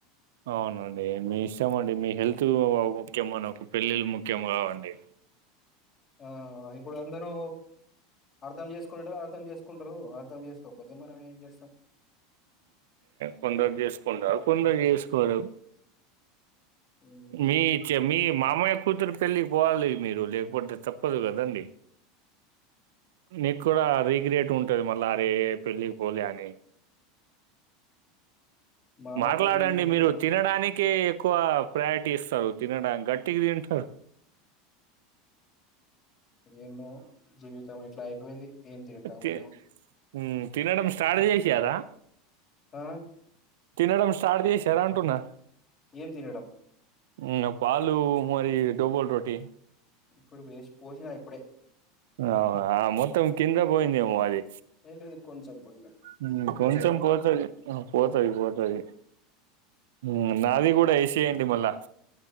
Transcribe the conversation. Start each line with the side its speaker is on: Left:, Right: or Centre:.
Right: అవునండి మీ ఇష్టం అండి మీ హెల్త్ ముఖ్యమా నాకు పెళ్ళిళ్ళ ముఖ్యం కావండి
Left: ఆ ఇప్పుడు అందరూ అర్థం చేసుకుంట అర్థం చేసుకుంటారు అర్థం చేసుకోకపోతే మనం ఏం చేస్తాం
Right: కొందరు చేసుకోంటారు కొందరు చేసుకోరు
Left: హ్మ్
Right: మీ మీ మామయ్య కూతురు పెళ్ళికి పోవాలి మీరు లేకపోతే తప్పదు కదండి నీకు కూడా రీగ్రేట్ ఉంటది మళ్ళ అరే పెళ్ళికి పోలే అని
Left: మామ
Right: మాట్లాడండి
Left: పెళ్లి
Right: మీరు
Left: కూతురు
Right: తినడానికె ఎక్కువ ప్రయారిటీ ఇస్తావ్ తినడాని గట్టిగా తింటర్
Left: ఏందో జీవితం ఇట్ల అయిపోయింది ఏం తింటామో
Right: ఓకె
Left: ఏమో
Right: హ్మ్ తినడం స్టార్ట్ చేసిరా
Left: ఆ
Right: తినడం స్టార్ట్ చేసార అంటున్నా
Left: ఏం తినడం
Right: ఇంగ పాలు మరి డుబోల్ రోటీ
Left: ఇప్పుడు వేసి పోసినా ఇప్పుడే
Right: అవునా మొత్తం కింద పోయిందేమో అది
Left: ఏ లేదు కొంచెం పోయిన
Right: హ్మ్
Left: పోసేటప్పుడు
Right: కొంచెం పోతది అ పోతది పోతది హ్మ్ నాది కూడా యేసేయండి మళ్ళ